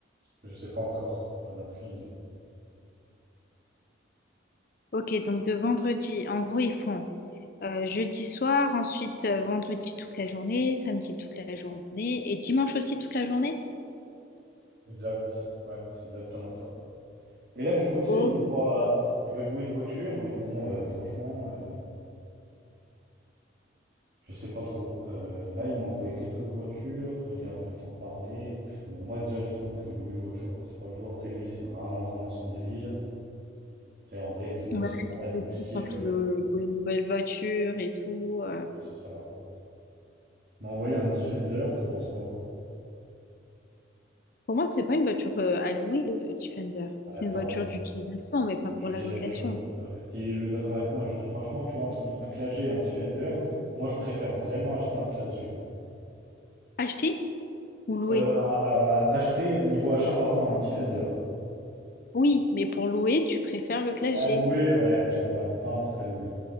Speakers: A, on the right; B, on the left.
A: je sais pas encore. J'en ai aucune idée.
B: Ok, donc de vendredi, en gros, ils font euh, jeudi soir, ensuite euh, vendredi toute la journée, samedi toute la journée et dimanche aussi toute la journée?
A: Exact. Ouais, c'est exactement ça. Et là, du coup, tu
B: Oh,
A: sais, il me voit, il veut louer une voiture, mais bon, euh, franchement, euh, je sais pas trop. Euh, là, il m'a envoyé quelques voitures. Regarde, je vais t'en parler. Pff, Bon, moi, déjà, je trouve que louer une voiture pour trois jours, après lui, c'est vraiment, vraiment son délire. Après, en vrai, s'il peut
B: ouais,
A: se permettre
B: surtout
A: un
B: aussi,
A: petit kiff,
B: je pense qu'ils
A: euh,
B: veulent louer une nouvelle voiture et tout. euh,
A: c'est ça. Il m'a envoyé un Defender, t'en penses quoi?
B: Pour moi, c'est pas une voiture euh, à louer, le Defender. C'est
A: Ouais,
B: une
A: pareil,
B: voiture d'utilisation, mais pas pour
A: je dis
B: la location.
A: la même chose. Ouais. Il est d'accord avec moi. Je dis, franchement, tu vois, entre un Classe G et un Defender, moi, je préfère vraiment acheter un Classe G.
B: Acheter ou louer?
A: Euh, à- à- à acheter, euh, niveau achat, pardon, un Defender.
B: Oui, mais pour louer, tu préfères le Classe
A: Mais à
B: G.
A: louer, ouais, tu vois, c'est pas un truc à louer.